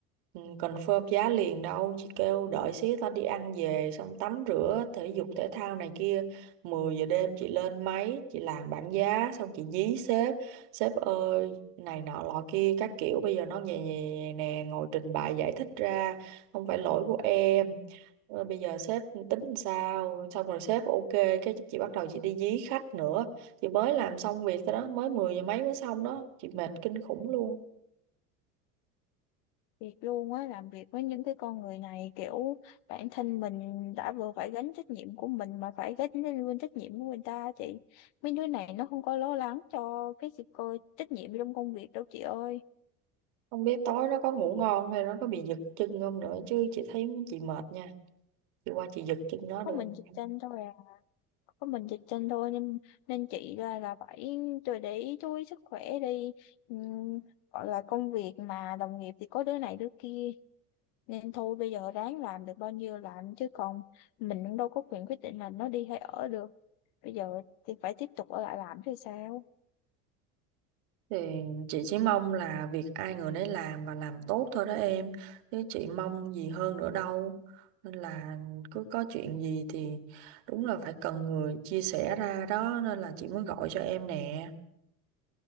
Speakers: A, on the right (about 60°); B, on the left (about 55°).
A: ừ, confirm giá liền đâu chị kêu đợi xíu tao đi ăn về xong tắm rửa thể dục thể thao này kia 10 giờ đêm chị lên máy chị làm bảng giá xong chị dí sếp sếp ơi này nọ lọ kia các kiểu bây giờ nó về nè ngồi trình bày giải thích ra không phải lỗi của em Ờ, bây giờ sếp tính làm sao xong rồi sếp ok cái chị bắt đầu chị đi dí khách nữa chị mới làm xong việc thôi đó mới 10 giờ mấy mới xong đó chị mệt kinh khủng luôn
B: thiệt luôn á làm việc với những cái con người này kiểu bản thân mình đã vừa phải gánh trách nhiệm của mình mà phải gánh lên luôn trách nhiệm của người ta á chị mấy đứa này nó không có lo lắng cho cái sự cơ trách nhiệm trong công việc đâu chị ơi
A: không biết tối nó có ngủ ngon hay nó có bị giật chân không nữa chứ chị thấy chị mệt nha chị qua chị giật chân nó
B: có
A: được
B: mình
A: không
B: dịch
A: em?
B: tranh thôi à có mình dịch tranh thôi nên nên chị là là phải tôi để ý chú ý sức khỏe đi Ừm, gọi là công việc mà đồng nghiệp thì có đứa này đứa kia nên thôi bây giờ ráng làm được bao nhiêu làm chứ còn mình cũng đâu có quyền quyết định là nó đi hay ở được bây giờ thì phải tiếp tục ở lại làm thì sao
A: thì chị chỉ mong là việc ai người nấy làm và làm tốt thôi đó em chứ chị mong gì hơn nữa đâu nên là cứ có chuyện gì thì đúng là phải cần người chia sẻ ra đó nên là chị mới gọi cho em nè